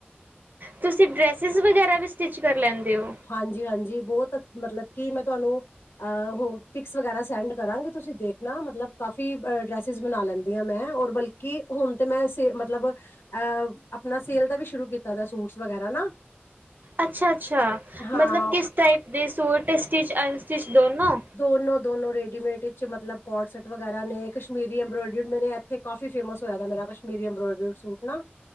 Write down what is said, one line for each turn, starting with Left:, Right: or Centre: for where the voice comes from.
Right: ਤੁਸੀਂ ਡਰੈਸਿਸ ਵਗੈਰਾ ਵੀ ਸਟਿਚ ਕਰ ਲੈਂਦੇ ਓ?
Left: ਹਾਂਜੀ ਹਾਂਜੀ ਬੋਤ ਮਤਲਬ ਕਿ ਮੈਂ ਤੁਹਾਨੂੰ ਅ ਹੋ ਪਿਕਸ ਵਗੈਰਾ ਸੈਂਡ ਕਰਾਂਗੀ ਤੁਸੀਂ ਦੇਖਨਾ ਮਤਲਬ ਕਾਫੀ ਡਰੈਸ ਚੀਜ਼ ਬਨਾ ਲੈਂਦੀ ਆ ਮੈਂ ਔਰ ਬਲਕਿ ਹੁਨ ਤੇ ਮੈਂ ਮਤਲਬ ਅਹ ਆਪਨਾ ਸੇਲ ਦਾ ਵੀ ਸ਼ੁਰੂ ਕੀਤਾ ਦਾ ਸੂਟਸ ਵਗੈਰਾ ਨਾ।
Right: ਅੱਛਾ ਅੱਛਾ
Left: ਹਾਂ
Right: ਮਤਲਬ ਕਿਸ ਟਾਈਪ ਦੇ ਸੂਟ ਸਟਿਚ ਅਨਸਟਿਚ ਦੋਨੋਂ?
Left: ਦੋਨੋ ਦੋਨੋ ਰੇਡੀਮੇਡ ਵਿੱਚ ਮਤਲਬ ਕੋਟ ਸੈੱਟ ਵਗੈਰਾ ਨੇ ਕਸ਼ਮੀਰੀ ਅੰਬਰੋਇਡਰੀ ਮੇਰੇ ਐਥੇ ਕਾਫ਼ੀ ਫੇਮਸ ਹੋਇਆ ਦਾ ਮੇਰਾ ਕਸ਼ਮੀਰੀ ਐਂਬਰੋਇਡਡ ਸੂਟ ਨਾ।